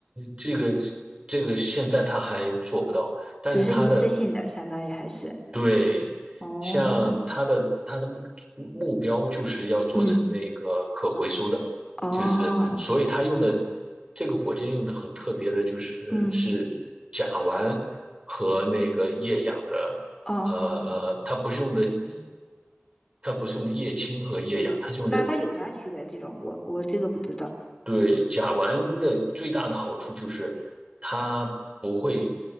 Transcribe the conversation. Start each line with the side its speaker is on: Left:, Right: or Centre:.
Right: 这个这个现在他还做不到，但是他的
Left: 只是一次性的，相当于还是。
Right: 对，
Left: 哦，
Right: 像它的它的目标就是要做成那个可回收的，
Left: 嗯哦
Right: 就是所以它用的这个火箭用的很特别的，就是是甲烷和那个液氧的，
Left: 嗯哦，
Right: 呃呃，它不是用的液，它不是用的液氢和液氧，它是用的
Left: 那它有啥区别？这种我我这个不知道。
Right: 对，甲烷的最大的好处就是它不会